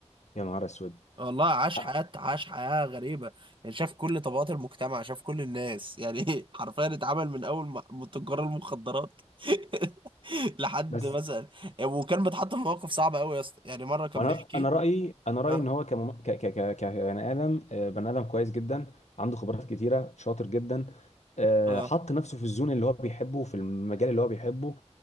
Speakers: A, on the left; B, on the right.
A: يا نهار اسود
B: والله عاش
A: آه،
B: حياة عاش حياة غريبة يعني شاف كل طبقات المجتمع شاف كل الناس يعني <laughs> حرفيا اتعامل من أول ما- من تجار المخدرات <laughs> لحد
A: بس
B: مثلا وكان بيتحط في مواقف صعبة أوي يا اسطى يعني مرة كان
A: وانا
B: بيحكي
A: انا رايي انا رايي
B: اه
A: ان هو كمم... ك... ك... ك... كبني ادم آه، بني ادم كويس جدا عنده خبرات كتيره شاطر جدا آه،
B: اه
A: حط نفسه في الزون اللي هو بيحبه في المجال اللي هو بيحبه